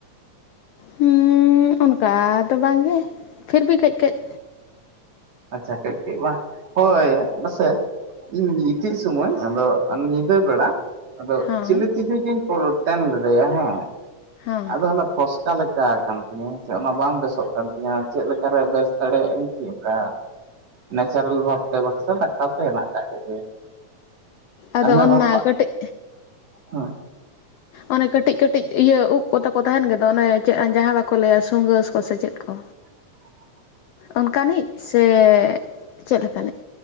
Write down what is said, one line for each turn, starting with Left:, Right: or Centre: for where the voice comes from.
Left: ᱦᱩᱸ ᱚᱱᱠᱟ ᱫᱚ ᱵᱟᱝᱜᱮ ᱯᱷᱤᱨᱵᱤ ᱠᱟᱹᱡ ᱠᱟ. ᱡ᱾
Right: ᱟᱪᱪᱷᱟ ᱠᱟ. ᱡ ᱠᱟ. ᱡ ᱵᱟᱝ ᱦᱳᱭ ᱵᱟᱥᱮ, ᱤᱧ ᱜᱤᱛᱤᱡ ᱥᱩᱢᱟᱹᱭ ᱟᱫᱚ ᱧᱤᱫᱟᱹ ᱵᱮᱲᱟ ᱟᱫᱚ
Left: ᱦᱚᱸ
Right: ᱪᱤᱞᱤ ᱛᱤᱡᱩ ᱡᱤᱧ ᱯᱚᱞᱼᱼ ᱛᱮᱱ ᱞᱮᱫᱮᱭᱟ ᱦᱮᱸ,
Left: ᱦᱚᱸ
Right: ᱟᱫᱚ ᱚᱱᱟ ᱯᱷᱚᱥᱠᱟ ᱞᱮᱠᱟᱣ ᱠᱟᱱ ᱛᱤᱧᱟᱹ ᱥᱮ ᱚᱱᱟ ᱵᱟᱝ ᱵᱮᱥᱚᱜ ᱠᱟᱱ ᱛᱤᱧᱟ ᱪᱮᱫ ᱞᱮᱠᱟᱨᱮ ᱵᱮᱥ? ᱫᱟᱲᱮᱭᱟᱜ ᱟ. ᱧ ᱠᱤ ᱚᱝᱠᱟᱼᱼ ᱱᱮᱪᱟᱨᱮᱞ ᱵᱷᱟᱵᱽ ᱛᱮ ᱵᱟᱠᱷᱟᱡ ᱫᱚ ᱰᱟᱠᱛᱟᱨ ᱛᱚ ᱦᱮᱱᱟᱜ ᱟᱠᱟᱫ ᱠᱚᱜᱮᱭᱟ᱾
Left: ᱟᱫᱚ
Right: ᱚᱱᱮ
Left: ᱚᱱᱟ
Right: ᱨᱟᱯᱟᱜ
Left: ᱠᱟᱹᱴᱤᱡ
Right: ᱦᱚᱭ᱾
Left: ᱚᱱᱮ ᱠᱟᱹᱴᱤᱡ ᱠᱟᱹᱴᱤᱡ ᱤᱭᱟᱹ ᱩᱵ ᱠᱚ ᱛᱟᱠᱚ ᱛᱟᱦᱮᱱ ᱜᱮᱫᱚ ᱚᱱᱮ ᱤᱭᱟᱪᱮᱫ ᱡᱟᱦᱟᱸ ᱵᱟᱠᱚ ᱞᱟᱹᱭᱟ ᱥᱩᱸᱜᱟ. ᱠᱚ ᱥᱮ ᱪᱮᱫ ᱠᱚ᱾
Right: <inaudible>
Left: ᱚᱱᱠᱟᱱᱤᱡ ᱥᱮ ᱪᱮᱫ ᱞᱮᱠᱟᱱᱤᱡ?